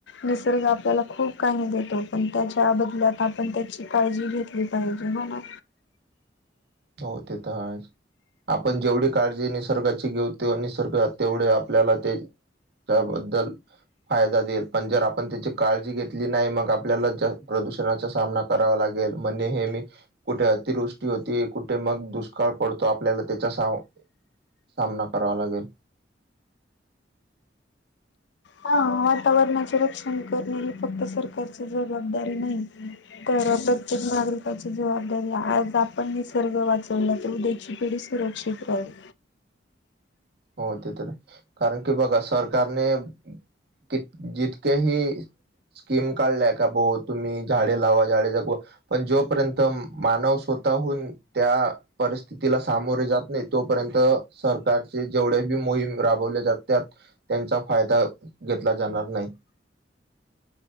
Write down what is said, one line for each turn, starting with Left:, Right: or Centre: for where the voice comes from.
Left: निसर्ग आपल्याला खूप काही देतो पण त्याच्या बदल्यात आपण त्याची काळजी घेतली पाहिजे हो ना?
Right: हो, ते तर आहेच. आपण जेवढी काळजी निसर्गाची घेऊ तो निसर्ग तेवढे आपल्याला ते त्याबद्दल फायदा देईल पण जर आपण त्याची काळजी घेतली नाही मग आपल्याला ज प्रदूषणाचा सामना कराव लागेल मग नेहमी कुठे अतिवृष्टी होती कुठे मग दुष्काळ पडतो आपल्याला त्याचा सा सामना करावा लागेल.
Left: हा वातावरणाचे रक्षण करणे ही फक्त सरकारची जबाबदारी नाही तर प्रत्येक नागरिकाची जबाबदारी आज आपण निसर्ग वाचवला तर उद्या पुढची पिडी सुरक्षित राहील
Right: हो, ते तर आहे कारण की बघा सरकारने कि, जितकेही स्कीम काढलाय का भो तुम्ही झाडे लावा झाडे जगवा पण जोपर्यंत मानव स्वतःहून त्या परिस्थितीला सामोरे जात नाही, तोपर्यंत सरकार जेवढे बी मोहीम राबवले जात त्यात त्यांचा फायदा घेतला जाणार नाही.